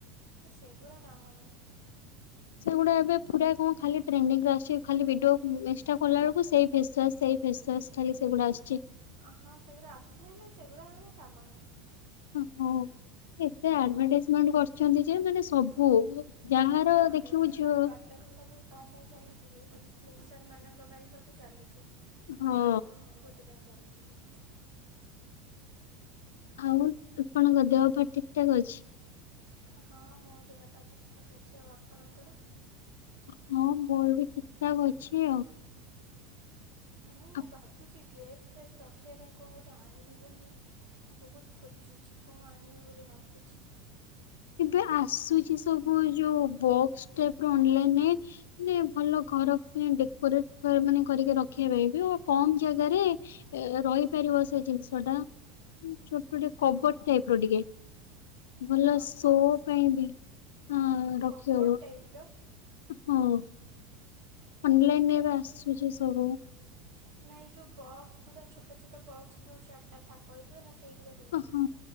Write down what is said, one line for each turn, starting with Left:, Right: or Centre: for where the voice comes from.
Right: ସେଗୁଡ଼ା କାମ ନୁହ
Left: ସେଗୁଡା ଏବେ ପୁରା କଣ ଖାଲି ଟ୍ରେଣ୍ଡିରେ ଆସିଛି ଖାଲି ଭିଡିଓ ଇନସ୍ଟ ଖଲା ବେଳକୁ ସେଇ ଫେସୱାସ୍ ସେ ଫେସୱାସ୍ ଖାଲି ସେଗୁଡ଼ା ଆସୁଛି
Right: ହଁ ସେଗୁଡ଼ା ଆସୁଛି ହେଲେ ସେଗୁଡ଼ା ଆମେ କାମ ନୁହେ
Left: ହ ଏତେ ଆଡ ଭଟାଇଜମେଣ୍ଟ କରିଛନ୍ତି ଯେ ମାନେ ସବୁ ଯାହାର
Right: ହଁ
Left: ଦେଖିବୁ
Right: ବେଶୀ ତ
Left: ଯ
Right: ପ୍ରଡ଼କ୍ଟ ସବୁ କଣ ପାଇଁ ଚାଲିଛି କି ଏଇ ଇନ୍ ଫ୍ଲୁଏନ୍ସର ମାନଙ୍କ ପାଇଁ ସବୁ ଚାଲୁଚି
Left: ହଁ
Right: ଆଉ ମୁଁ କୋଥିପାଇଁ ଚାଲୁଛି କି
Left: ଆଉ ଆପଣଙ୍କ ଦେହ ପା ଠିକ୍ ଠାକ୍ ଅଛି
Right: ହଁ ମୋ ଦେହ ପା ଠିକ୍ ଠାକ୍ ଅଛି, ଆଉ ଆପଣଙ୍କର
Left: ହଁ ମୋର ବି ଠିକ୍ ଠାକ୍ ଅଛି ଆଉ
Right: ମୁଁ
Left: ଆ-
Right: ଭାବୁଚି ଡ୍ରେସ୍ ଫ୍ରେସ୍ ରଖିବା ପାଇଁ କଣ ଗୋଟେ ଆଣିବି ବୋଲି ବହୁତ୍ ଖଜୁଚି କଣ ଆଣିବି ବୋଲି ଭାବୁଚି
Left: ଏବେ ଆସୁଛି ସବୁ ଯୋଉ ବକ୍ସ ଟାଇପ ର ଅନଲାଇନରେ ମାନେ ଭଲ ଘର ଡେକୋରେଟ ମାନେ କରିକି ରଖିବା ପାଇଁ ହବ କମ୍ ଜାଗାରେ ଏ ରହିପାରିବ ସେ ଜିନିଷ ଟା ଛୋଟୋ ଟେ କବର
Right: ହଁ
Left: ଟାଇପ୍ ର ଟିକେ ଭଲ
Right: ଆଉ
Left: ଶୋ
Right: କବ୍
Left: ପାଇଁ ବି ହଁ ରଖିହବ
Right: କବୋର୍ଡ଼ ଟାଇପ୍ ର
Left: ହଁ
Right: କବୋର୍ଡ଼
Left: ଅନଲାଇନରେ ଏବେ ଆସୁଛି ସବୁ।
Right: ନା ଏଇ ଜଉ ବକ୍ସ ଗୁରା ଛୋଟ ଛୋଟ ବକ୍ସ ଜଉ ଚାରିଟା ଥାକ ହେଇଥିବ ନା ସେଇଗୁଡ଼ା କହୁଛ।
Left: ହଁ।